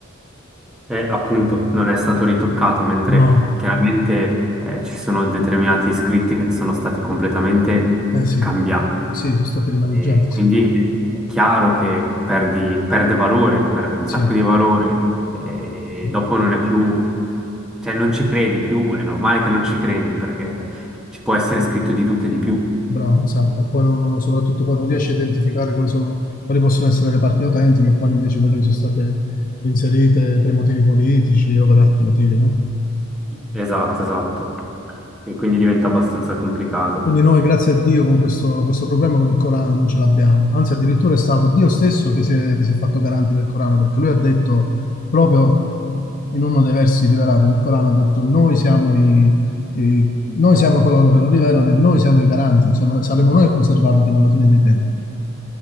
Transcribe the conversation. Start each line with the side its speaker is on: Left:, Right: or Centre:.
Centre: Eh, appunto, non è stato ritoccato, mentre
Left: No,
Centre: chiaramente eh, ci sono determinati scritti che sono stati completamente
Left: eh sì,
Centre: cambiati.
Left: sì, sono stati rimaneggiati,
Centre: E quindi
Left: sì,
Centre: eh, è chiaro che perdi- perde valore, perde un
Left: sì,
Centre: sacco di valore, e
Left: sì.
Centre: dopo non è più, cioè non ci credi più, è normale che non ci credi, perché ci può essere scritto di tutto e di più.
Left: Bravo, esatto. E poi non- soprattutto poi non riesci a identificare quali sono, quali possono essere le parti autentiche e quali invece quelle che sono state inserite per motivi politici o per altri motivi, no?
Centre: Esatto, esatto. E quindi diventa abbastanza complicato.
Left: Quindi noi, grazie a Dio, con questo, questo problema con il Corano non ce l'abbiamo. Anzi, addirittura è stato Dio stesso che si è, che si è fatto garante del Corano, perché lui ha detto, proprio in uno dei versi rivelati del Corano, ha detto, noi siamo, i, i- noi siamo coloro che lo rivelano e noi siamo i garanti, siamo- saremo noi a conservarlo fino alla fine dei tempi.